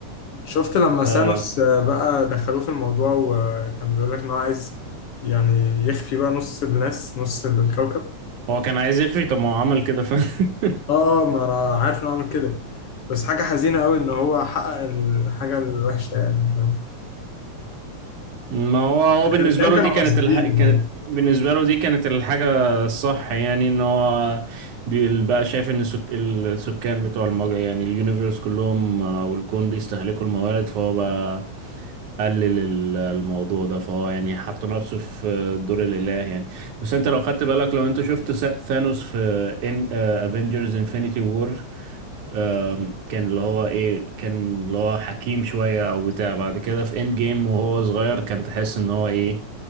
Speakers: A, on the left (about 60°); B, on the right (about 85°).
A: شفت لما
B: آه
A: سانوس آه، بقى دخلوه في الموضوع وكان بيقول لك ان هو عايز يعني يخفي بقى نص الناس نص الكوكب
B: هو كان عايز يخفي طب ما هو عمل كده فاهم <laughs>
A: اه ما انا عارف انه عمل كده بس حاجة حزينة قوي ان هو حقق الحاجة الوحشة يعني فاهم
B: ما هو هو
A: الافلام
B: بالنسبة له
A: كانوا
B: دي كانت
A: قاصدين
B: الح... كانت
A: يعني
B: بالنسبة له دي كانت الحاجة الصح يعني ان هو بي- بقى شايف ان سك... السكان بتوع المجرة يعني اليونيفرس كلهم او الكون بيستهلكوا الموارد فهو بقى قلل ال- الموضوع ده فهو يعني حط نفسه في دور الإله يعني بس انت لو خدت بالك لو انت شفت سا- ثانوس في ان افنجرز انفينيتي وور آم، كان اللي هو ايه كان اللي هو حكيم شوية او بتاع بعد كده في اند جيم وهو صغير كان تحس ان هو ايه